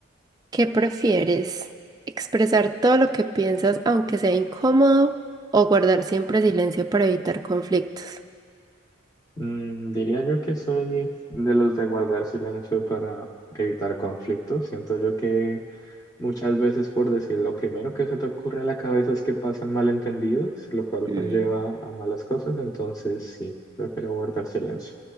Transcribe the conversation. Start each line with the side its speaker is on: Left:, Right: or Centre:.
Right: ¿Qué prefieres? ¿Expresar todo lo que piensas aunque sea incómodo o guardar siempre silencio para evitar conflictos?
Left: Mm, diría yo que soy de los de guardar silencio para evitar conflictos. Siento yo que Muchas veces, por decir lo primero que se te ocurre a la cabeza es que pasan malentendidos, lo cual
Right: Mm.
Left: conlleva
Right: <laughs>
Left: a malas cosas, entonces sí, prefiero guardar silencio.